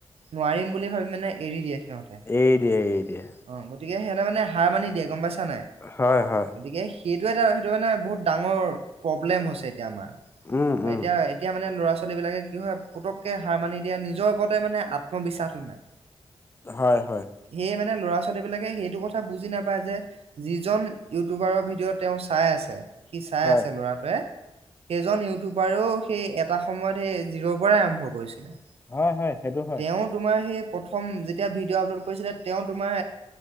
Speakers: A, on the right; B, on the left.
A: নোৱাৰিম বুলি ভাবি মানে এৰি দিয়ে। সিহঁতে।
B: এৰি দিয়ে, এৰি দিয়ে,
A: অ', গতিকে সিহঁতে মানে হাৰ মানি দিয়ে গম পাইছানে নাই,
B: হয় হয়
A: গতিকে সেইটো এটা সেইটো মানে বহুত ডাঙৰ প্ৰব্লেম হৈছে এতিয়া আমাৰএতিয়া,
B: উম উম
A: এতিয়া মানে ল'ৰা ছ ল'ৰা ছোৱালী বিলাকে কি হয় পুতকে হাৰ মানি দিয়ে নিজৰ ওপৰতেই মানে আত্মবিশ্বাসটো নাই।
B: হয়, হয়।
A: সেয়ে মানে ল'ৰা ছোৱালীবিলাকে সেইটো কথা বুজি নাপায় যে, যিজন ইউটিউবাৰৰ ভিডিঅ' তেওঁ চাই আছে সি চাই
B: হয়
A: আছে ল'ৰাটোৱে। সেইজন ইউটিউবাৰেও সেই এটা সময়ত সেই জিৰ' পৰাই আৰম্ভ কৰিছিলে।
B: হয়, হয়, সেইটো হয়।
A: তেওঁ তোমাৰ সেই প্ৰথম যেতিয়া ভিডিঅ' আপলোড কৰিছিলে। তেওঁ তোমাৰ